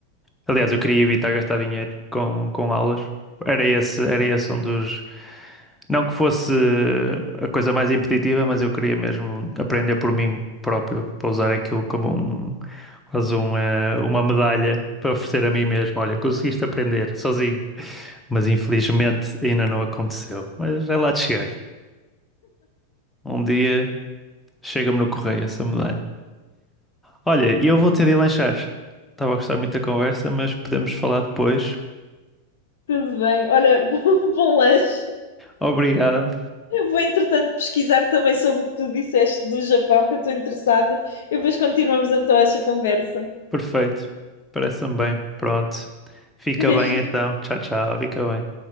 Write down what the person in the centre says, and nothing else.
Aliás, eu queria evitar gastar dinheiro com, com aulas. Era esse, era esse um dos. Não que fosse a coisa mais impeditiva, mas eu queria mesmo aprender por mim próprio, para usar aquilo como um, quase um, eh, uma medalha para oferecer a mim mesmo. Olha, conseguiste aprender sozinho. Mas infelizmente ainda não aconteceu. Mas é lá de chegar. Um dia chega-me no correio essa medalha. Olha, e eu vou ter de ir lanchar. Estava a gostar muito da conversa, mas podemos falar depois.
Obrigado.
Perfeito. Parece-me bem. Pronto. Fica
bem então. Tchau, tchau. Fica bem.